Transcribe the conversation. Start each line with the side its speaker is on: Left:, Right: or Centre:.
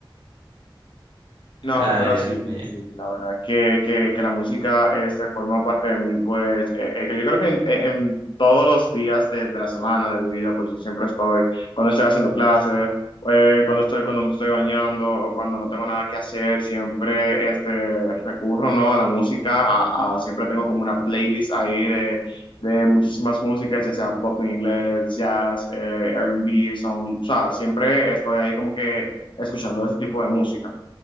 Left: No,
Right: Ay,
Left: pero
Right: Dios
Left: sí, pero
Right: mío.
Left: sí, la verdad que, que, que la música este, forma parte de mí, pues eh, eh, que yo creo que en, en todos los días de, de la semana, de mi vida, pues yo siempre estoy, cuando estoy haciendo clases, eh, cuando estoy, cuando me estoy bañando o cuando no tengo nada que hacer, siempre este, recurro, ¿no? a la música, a, a- siempre tengo como una playlist ahí de, de muchísimas músicas, ya sea pop en inglés, jazz, eh, R&B, son, o sea, siempre estoy ahí como que escuchando ese tipo de música.